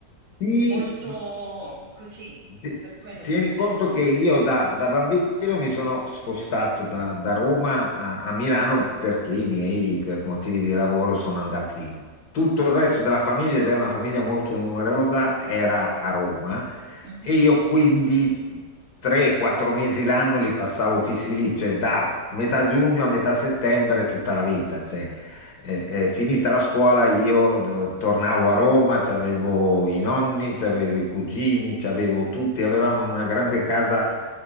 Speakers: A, on the left (about 65°); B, on the right (about 50°).
A: sì,
B: molto così,
A: Ti-
B: per quello,
A: Tieni
B: per sapere.
A: conto che io da, da bambino mi sono spostato da, da Roma a, a Milano perché i miei, per motivi di lavoro, sono andati lì. Tutto il resto della famiglia, ed è una famiglia molto numerosa, era a Roma
B: Mhm.
A: e io quindi 3-4 mesi l'anno li passavo fissi lì, cioè da metà giugno a metà settembre tutta la vita. cioè, eh, eh, finita la scuola io d- tornavo a Roma, c'avevo i nonni, c'avevo i cugini, c'avevo tutti, avevamo una grande casa